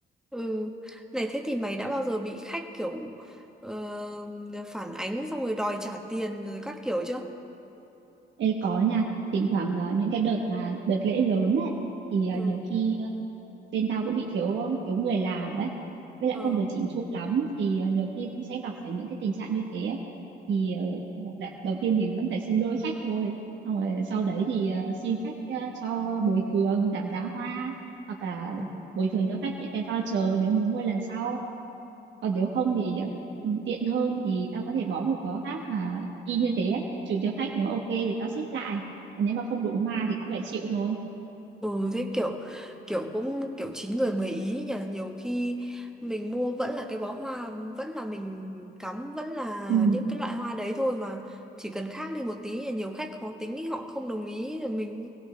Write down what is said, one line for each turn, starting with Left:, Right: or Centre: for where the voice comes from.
Centre: ừ. Này thế thì mày đã bao giờ bị khách kiểu ờ, phản ánh xong rồi đòi trả tiền rồi các kiểu chưa?
Right: Ê có nha thỉnh thoảng ờ, những cái đợt mà đợt lễ lớn ấy thì ờ,
Centre: Ừ,
Right: nhiều khi ờ, bên tao cũng bị thiếu thiếu người làm ấy với lại
Centre: ờ.
Right: không được chỉnh chu lắm thì ờ, nhiều khi cũng sẽ gặp phải những cái tình trạng như thế ấy. thì ờ, một là đầu tiên thì vẫn phải xin lỗi khách thôi xong rồi sau đấy thì ờ, xin khách ờ, cho bồi thường giảm giá hoa hoặc là
Centre: Ừ.
Right: bồi thường cho khách những cái voucher nếu muốn mua lần sau còn nếu không thì ừ, tiện hơn thì tao có thể bó một bó khác mà y như thế ấy. chụp cho khách nếu ok thì tao ship lại còn nếu mà không đủ hoa thì cũng phải chịu thôi
Centre: Ừ thế kiểu kiểu cũng kiểu chín người mười ý nhỉ nhiều khi mình mua vẫn là cái bó hoa vẫn là mình cắm vẫn là
Right: ừ.
Centre: những cái loại hoa đấy thôi mà chỉ cần khác đi một tí là nhiều khách khó tính ý, họ không đồng ý rồi mình